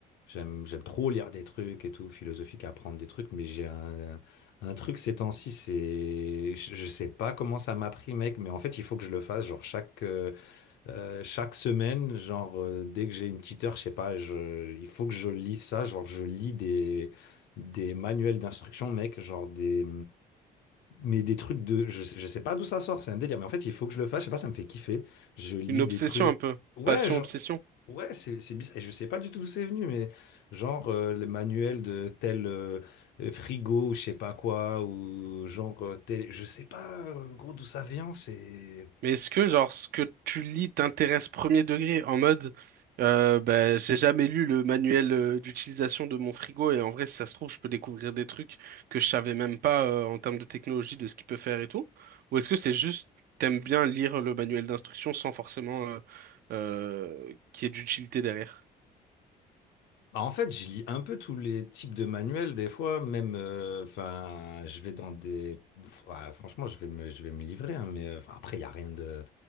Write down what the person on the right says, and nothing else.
Une obsession
un peu.
Passion,
obsession.
Mais est-ce que, genre, ce que tu lis t'intéresse premier degré, en mode, euh, bah, j'ai jamais lu le manuel euh, d'utilisation de mon frigo, et en vrai, si ça se trouve, je peux découvrir des trucs que je savais même pas euh, en termes de technologie, de ce qu'il peut faire et tout? Ou est-ce que c'est juste, t'aimes bien lire le manuel d'instruction sans forcément euh, euh, qu'il y ait d'utilité derrière?